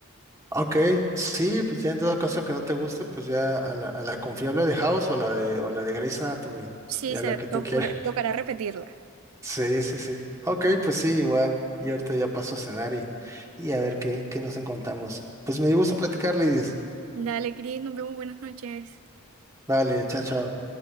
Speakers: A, on the right; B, on the right.
A: Ok, sí, pues ya en dado caso que no te guste, pues ya a la, a la confiable de House o la de, o la de Grey's Anatomy,
B: Sí,
A: ya
B: se
A: la que
B: te
A: tú quieras. <laughs>
B: tocará repetirla.
A: Sí, sí, sí. Ok, pues sí, igual. Y ahorita ya paso a cenar y, y a ver qué, qué nos encontramos. Pues me dio gusto platicar, Lidis.
B: Dale, Cris, nos vemos, buenas noches.
A: Vale, chao, chao.